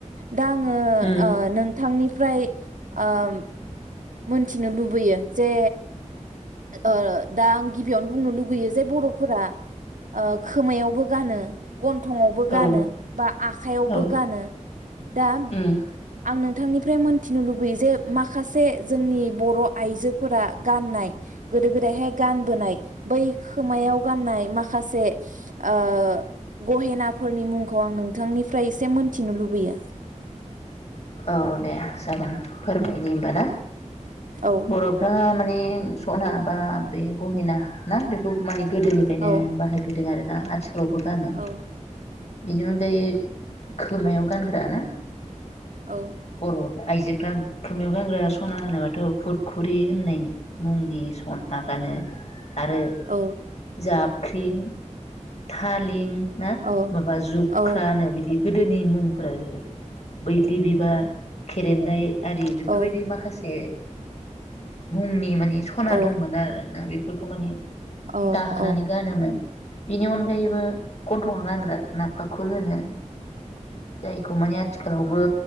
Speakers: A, on the right (about 90°); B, on the left (about 55°).
A: दा आङो
B: उम
A: ओ नोंथांनिफ्राय ओम मोनथिनो लुबैयो जे ओ दा आं गिबियावनो बुंनो लुगैयो जे बर'फोरा ओ खोमायावबो गानो गन्थंआवबो गानो
B: औ
A: बा आखाइयावबो
B: औ
A: गानो दा
B: उम
A: आं नों बिथांनिफ्राय मोन्थिनो लुबैयो जे माखासे जोंनि बर' आइजोफोरा गाननाय गोदो गोदायहाय गानबोनाय बै खोमायाव गाननाय माखासे ओ गहेनाफोरनि मुंखौ आं नोंथांनिफ्राय एसे मोनथिनो लुबैयो।
B: औ दे जागोन फोरमायनि होनबा ना।
A: औ
B: बर'फ्रा माने सना बा बे गहेना ना बेखौ मानि गोदोनिफ्रायनो
A: औ
B: बाहायबोदों आरो ना। आदस आवबो गानो
A: औ
B: बेनि अनगायै खोमायाव गानग्रा ना?
A: औ
B: बर' आइजोफ्रा खोमायाव गानग्रा स'ना होनोबाथ' फुरखुरि होननाय मुंनि सना गानो। आरो
A: औ
B: जाब ख्रिम थालिं ना
A: औ
B: माबा जुख्रानो
A: औ
B: बिदि गोदोनि मुंफोरा बेफोर बै दि बिबार खेरेन्दाय आरि बेफोरबायदि
A: औ
B: माखासे मुंनि माने बि सना
A: औ
B: दंमोन आरो ना बे फोरफोरखौ माने
A: औ
B: दाहोनानै
A: औ
B: गानोमोन, बिनि अनगायैबो गन्थङाव गानग्रा नाफा खुल होनो जायखौ माने आथिखालावबो